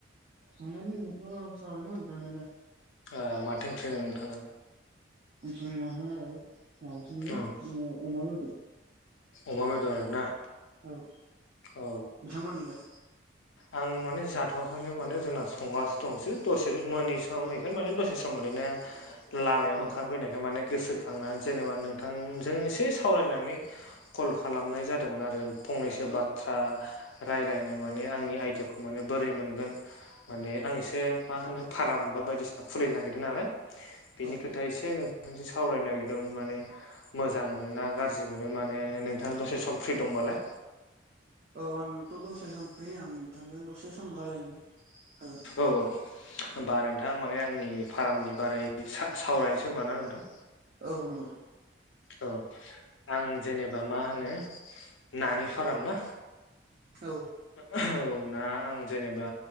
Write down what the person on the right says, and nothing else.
जानाय लोंनायालाय जाबायमोन जानायालाय
जोंनाहाय माबासोमोनलै
ओ अमा बेदर
औ
नोंथांमोनालाय?
औ
औ
औ आंथ' दसे सम फ्रि आं बिथांजों दसे सम गलायनो हागोन।
औ नंगौ
औ